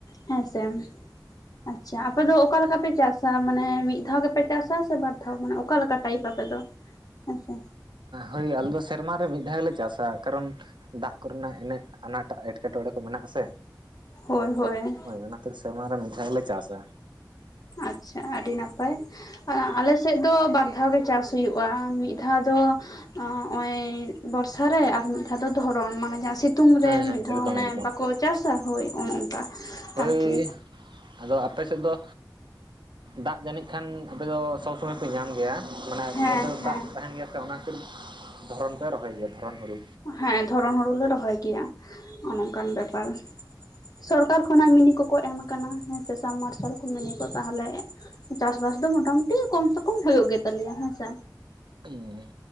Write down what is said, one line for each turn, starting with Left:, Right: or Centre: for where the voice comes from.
Left: ᱦᱮᱸᱥᱮ ᱾ ᱟᱪᱪᱷᱟ ᱟᱯᱮ ᱫᱚ ᱚᱠᱟ ᱞᱮᱠᱟᱯᱮ ᱪᱟᱥᱟ ᱢᱟᱱᱮ ᱢᱤᱫ ᱫᱷᱟᱣ ᱜᱮᱯᱮ ᱪᱟᱥᱟ ᱥᱮ ᱵᱟᱨ ᱫᱷᱟᱣ ᱢᱟᱱᱮ? ᱚᱠᱟᱮᱠᱟ ᱴᱟᱭᱤᱯ ᱟᱯᱮ ᱫᱚ ᱦᱮᱸᱥᱮ᱾
Right: ᱦᱳᱭ ᱟᱞᱮ ᱫᱚ ᱥᱮᱨᱢᱟᱟᱨ ᱨᱮ ᱢᱤᱫ ᱫᱷᱟᱣᱞᱮ ᱪᱟᱥᱟ ᱠᱟᱨᱚᱱᱼᱼ ᱫᱟᱜ ᱠᱚᱨᱮᱱᱟᱜ ᱮᱱᱮᱡ ᱟᱱᱟᱴᱟᱜ ᱮᱴᱠᱮᱴᱚᱬᱮ ᱠᱚ ᱢᱮᱱᱟᱜ ᱟᱥᱮ
Left: ᱦᱳᱭ ᱦᱳᱭ
Right: ᱦᱳᱭ ᱚᱱᱟᱛᱮ ᱥᱮᱨᱢᱟ ᱨᱮ ᱢᱤᱫᱷᱟᱣᱞ ᱜᱮᱞᱮ ᱪᱟᱥᱟ
Left: ᱟᱪᱪᱷᱟ ᱟᱹᱰᱤ ᱱᱟᱯᱟᱭ ᱾
Right: ᱦᱩᱸ
Left: ᱟᱞᱮ ᱥᱮᱫ ᱫᱚ ᱵᱟᱨ ᱫᱷᱟᱣ ᱜᱮ ᱪᱟᱥ ᱦᱩᱭᱩᱜᱼᱟ, ᱢᱤᱫ ᱫᱷᱟᱣ ᱫᱚ ᱦᱚᱸᱜ-ᱚᱭ ᱵᱚᱨᱥᱟ ᱨᱮ ᱟᱨ ᱢᱤᱫ ᱫᱷᱟᱣ ᱫᱚ ᱫᱷᱚᱨᱚᱱ ᱢᱟᱱᱮ ᱡᱟᱦᱟᱸ ᱥᱤᱛ ᱛᱩᱝ
Right: ᱦᱮᱸ
Left: ᱨᱮ
Right: ᱦᱮᱸ
Left: ᱢᱤᱫ ᱫᱷᱟᱣ
Right: ᱮᱠᱫᱚᱢ
Left: ᱚᱱᱮ
Right: ᱮᱠᱫᱚᱢ
Left: ᱵᱟᱠᱚ ᱪᱟᱥᱟ ᱦᱳᱭ ᱚᱱᱮ ᱚᱱᱠᱟ
Right: ᱦᱳᱭ
Left: ᱟᱨᱠᱤ᱾
Right: ᱟᱫᱚ ᱟᱯᱮᱥᱮᱫ ᱫᱚ ᱫᱟᱜ ᱡᱟᱹᱱᱤᱡ ᱠᱷᱟᱱ ᱟᱯᱮ ᱫᱚ ᱥᱚᱵᱽ ᱥᱚᱢᱚᱭ ᱯᱮ ᱧᱟᱢ ᱜᱮᱭᱟ? ᱢᱟᱱᱮ
Left: ᱦᱮᱸ
Right: ᱚᱱᱛᱮ ᱫᱚ
Left: ᱦᱮᱸ
Right: ᱫᱟᱜ ᱛᱟᱦᱮᱱ ᱜᱮᱭᱟ ᱥᱮ ᱚᱱᱟ ᱠᱷᱟᱹᱛᱤᱨ ᱫᱷᱚᱨᱚᱱ ᱯᱮ ᱨᱚᱦᱚᱭ ᱜᱮᱭᱟ ᱫᱷᱚᱨᱚᱱ ᱦᱩᱲᱩ᱾
Left: ᱦᱮᱸ, ᱫᱷᱚᱨᱚᱱ ᱦᱩᱲᱩ ᱞᱮ ᱨᱚᱦᱚᱭ ᱜᱮᱭᱟ ᱦᱚᱸᱜ-ᱚ ᱱᱚᱝᱠᱟᱱ ᱵᱮᱯᱟᱨ᱾ ᱥᱚᱨᱠᱟᱨ ᱠᱷᱚᱱᱟᱜ ᱢᱤᱱᱤ ᱠᱚᱠᱚ ᱮᱢ ᱟᱠᱟᱱᱟ ᱦᱮᱸ ᱥᱮ, ᱥᱟᱢ ᱢᱟᱨᱥᱟᱞ ᱠᱚ, ᱢᱤᱱᱤ ᱠᱚ, ᱛᱟᱦᱚᱞᱮ ᱪᱟᱥᱵᱟᱥ ᱫᱚ ᱢᱚᱴᱟᱢᱩᱴᱤ ᱠᱚᱢ ᱥᱮ ᱠᱚᱢ ᱦᱩᱭᱩᱜ ᱜᱮᱛᱟ ᱞᱮᱭᱟ ᱦᱮᱸ ᱥᱮ᱾
Right: ᱦᱩᱸ